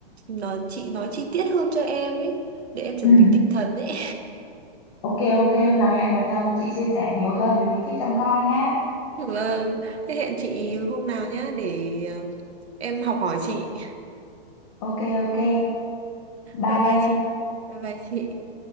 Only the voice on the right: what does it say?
nói chị nói chi tiết hơn cho em ấy để em chuẩn
bị tinh thần ấy
Vâng, thế hẹn chị hôm nào nhá để ờ, em học hỏi chị.
Bye bye
chị. Bye bye chị.